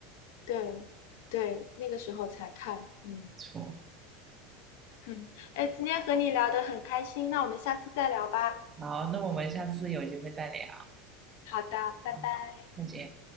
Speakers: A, on the left (about 65°); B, on the right (about 25°).
A: 对对，那个时候才看，嗯
B: 没错。
A: 嗯，哎，今天和你聊得很开心，那我们下次再聊吧。
B: 好，那我们下次有机会再聊。
A: 好的，拜拜。
B: 好，再见。